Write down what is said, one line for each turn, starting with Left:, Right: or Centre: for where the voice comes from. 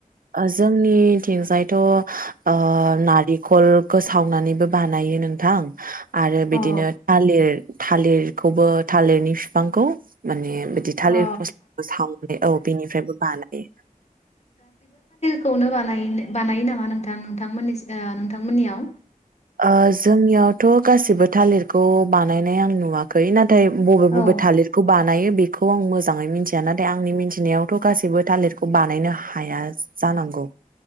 Right: ओ जोंनिथिंजायथ' ओ नारिखल खो सावनानैबो बानायो नोंथां आरो बिदिनो
Left: औ
Right: थालिर थालिरखौबो थालिरनि फिफांखौ माने बिदि थालिर
Left: अ
Right: फस्ला सावनानै औ बेनिफ्रायबो बानायो।
Left: खौनो बानायो बानायो नामा नोंथां नोंथांनिसि ओ नोंथांमोननियाव
Right: ओ जोंनियाव थ' गासिबो थालिरखौ बानायनाय आं नुवाखै ना थाय बबे बबे
Left: औ
Right: थालिरखौ बानायो बे खौ आं मोजाङै मिथिया नाथाय आंनि मिथिनायावथ' गासैबो थालिरखौ बानायनो हाया जानांगौ।